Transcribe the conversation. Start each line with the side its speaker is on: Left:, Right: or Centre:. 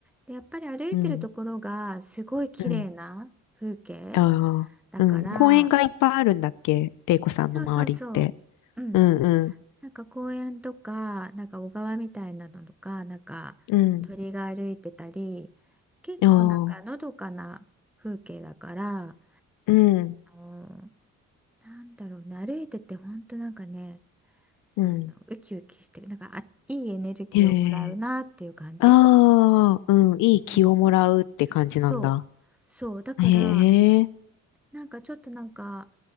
Centre: で、やっぱり歩いてるところがすごい綺麗な風景
Left: うん、うん。ああ、
Centre: だから、
Left: うん。公園がいっぱいあるんだっけ玲子さんの周りって。
Centre: そうそうそう。うん
Left: うん、うん、
Centre: なんか公園とか、なんか小川みたいなのとか、なんか鳥が歩いてたり、
Left: うん。
Centre: 結構なんかのどかな風景だから、
Left: ああ、うん、
Centre: その、なんだろうね、歩いてて本当なんかね、
Left: うん。
Centre: あの、ウキウキして、なんかあ、いいエネルギーをもらうなっていう感じ。
Left: へえ。ああ、うん、いい気をもらうって感じなんだ。
Centre: うん。そうそうだから
Left: へえ、
Centre: なんかちょっとなんか